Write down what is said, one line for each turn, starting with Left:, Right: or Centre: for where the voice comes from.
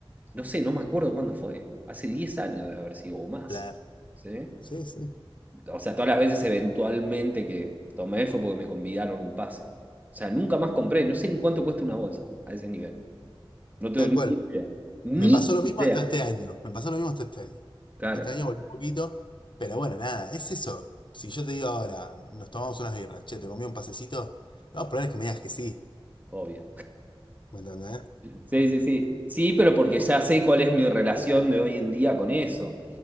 Right: no sé, no me acuerdo cuándo fue, hace 10 años debe haber sido, o más,
Left: Claro.
Right: ¿sí?
Left: Sí, sí,
Right: O sea, todas las veces eventualmente que tomé fue porque me convidaron un pase. O sea, nunca más compré, no sé en cuánto cuesta una bolsa a ese nivel. No tengo
Left: tal
Right: ni
Left: cual.
Right: idea, ni
Left: Me pasó lo mismo
Right: idea.
Left: hasta este año. Me pasó lo mismo hasta este año.
Right: Claro,
Left: Este año volví un poquito, pero bueno, nada, es eso. Si yo te digo ahora, nos tomamos unas birras, che, te comí un pasecito, no, probable es que me digas que sí.
Right: obvio.
Left: ¿Me entendés?
Right: Sí, sí, sí. Sí, pero porque ya sé cuál es mi relación de hoy en día con eso.